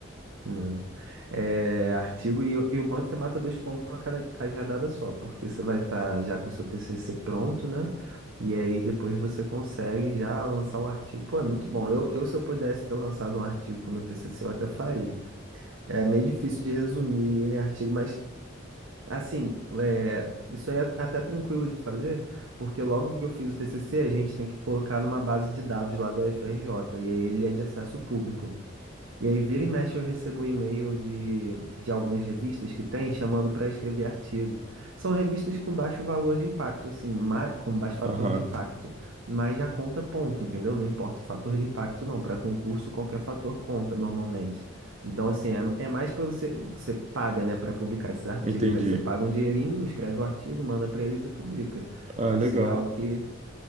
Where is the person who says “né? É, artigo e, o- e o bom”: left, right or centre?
Right